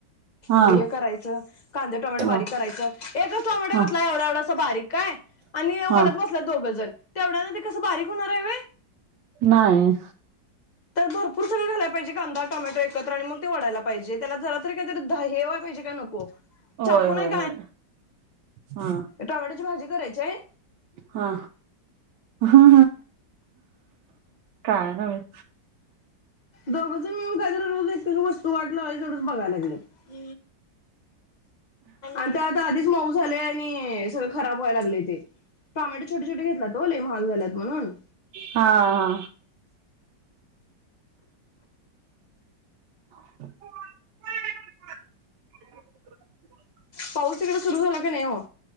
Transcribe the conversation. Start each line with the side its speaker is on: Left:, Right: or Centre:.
Right: हा
Left: म हे करायचं कांदे टोमॅटे
Right: हा
Left: बारीक करायचं एकच टोमॅटो
Right: हा
Left: घातला एवढा एवढासा बारीक काय आणि ओढत
Right: हा
Left: बसल्यात दोघं जण तेवढ्या न ते कसं बारीक होणार आहे होय.
Right: नाही.
Left: भरपर सगळे घाला पाहिेजे कांदा टोमेटो एकत्र आणि मग ते वाडायला पाहिेजे त्याला जरा तरी काय तर धा हे व्हायला पाहिजे काय नको
Right: होय
Left: चाकू
Right: होय
Left: नाही
Right: होय हा.
Left: टोमाट्याची भाजी करायची ये
Right: हा हा काय नाय माहीत
Left: दोघ जन मिळून काहितरी वस्तू वाटलात तेवढच बघायला लागलेत आता आता आधीच मऊ झाले आणि सगळ खराब व्हायला लागलय ते टोमॅटो छोटे छोटे घेतल्यात ओ लई महाग झाल्यात म्हणून
Right: हा हा <unintelligible>
Left: पाऊस तिकडे सुरु झाला की नाही हो